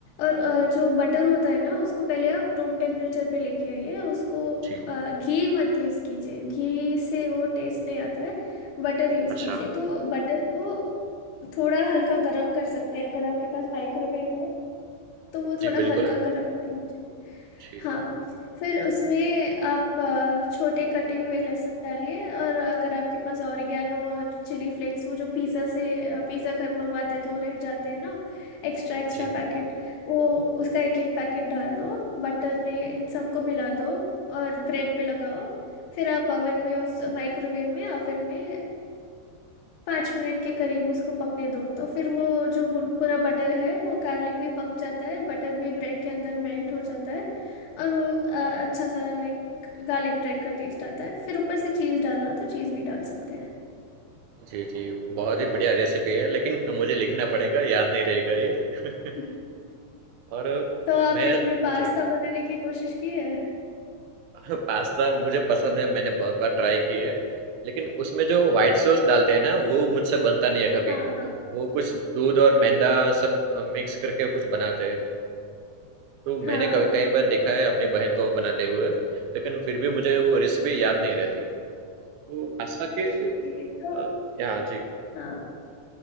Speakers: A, on the left; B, on the right.
A: और अ, जो बटर होता है ना उसको पहले आप रूम टेम्परेचर पे लेके आइए उसको अ,
B: जी।
A: घी मत यूज़ कीजिए घी से वो टेस्ट नहीं आता है बटर यूज़
B: अच्छा।
A: कीजिए तो बटर को थोड़ा हल्का गरम कर सकते हैं अगर आपके पास माइक्रोवेव हो तो वो
B: जी,
A: थोड़ा
B: बिल्कुल
A: हल्का
B: है।
A: गरम कर लीजिए
B: जी,
A: हाँ फिर उसमें आप अ, छोटे कटे हुए लहसुन डालिए और अगर आपके पास ऑरिगेनो और चिली फ्लेक्स वो जो पिज़्ज़ा से पिज़्ज़ा कर मंगवाते तो रह जाते हैं ना एक्स्ट्रा एक्स्ट्रा
B: जी।
A: पैकेट वो उसका एक एक पैकेट डाल दो बटर में इन सबको मिला दो और ब्रेड पे लगाओ फिर आप ओवन में उस माइक्रोवेव में ओवन में पाँच मिनट के करीब उसको पकने दो तो फिर वो जो बु- पूरा बटर है वो गार्लिक भी पक जाता है बटर भी ब्रेड के अंदर मेल्ट हो जाता है और वो अ, अच्छा सा लाइक गार्लिक ब्रेड का टेस्ट आता है फिर ऊपर से चीज़ डालना हो तो चीज़ भी डाल सकते हैं
B: जी, जी, बहुत
A: तो
B: ही बढ़िया रेसिपी है लेकिन मुझे लिखना पड़ेगा, याद नहीं रहेगा ये <laughs>
A: <laughs>
B: और
A: तो आपने
B: मैं
A: कभी पास्ता
B: जी।
A: बनाने की कोशिश की है
B: <laughs> हाँ, पास्ता मुझे पसंद है मैंने बहुत बार ट्राई की है लेकिन उसमें जो व्हाइट सॉस डालते हैं ना वो मुझसे बनता नहीं है कभी
A: हाँ हाँ
B: वो कुछ दूध और मैदा सब मिक्स करके कुछ बनाते हैं तो मैंने
A: हाँ
B: क- कई बार देखा है अपनी बहन को बनाते हुए लेकिन फिर भी मुझे वो
A: जी
B: रेसिपी याद नहीं रहती तो पास्ता के
A: जी, तो
B: अ, या जी
A: हाँ